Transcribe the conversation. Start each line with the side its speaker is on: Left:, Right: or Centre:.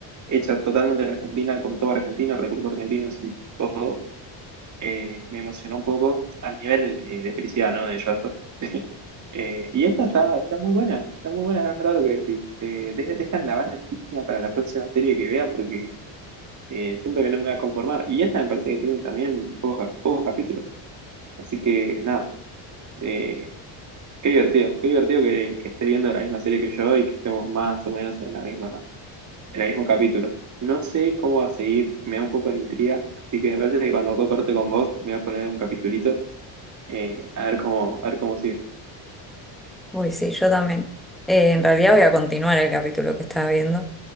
Right: hecha totalmente en Argentina, con todo argentino, recursos argentinos y todo eh, me emocionó un poco a nivel eh, de felicidad, ¿no? De llanto. <laughs> Eh, y esta está, está muy buena, está muy buena, es verdad lo que decís. Eh, deja- dejan la barra altísima para la próxima serie que vea porque eh, siento que no me va a conformar. Y esta me parece que tiene también pocos, pocos capítulos. Así que nada, eh, qué divertido, qué divertido que, que esté viendo la misma serie que yo y que estemos más o menos en la misma, en el mismo capítulo. No sé cómo va a seguir, me da un poco de intriga, así que me parece que cuando corte con vos me voy a poner un capitulito eh, a ver cómo, a ver cómo sigue.
Centre: Uy, sí, yo también. Eh, en realidad voy a continuar el capítulo que estaba viendo.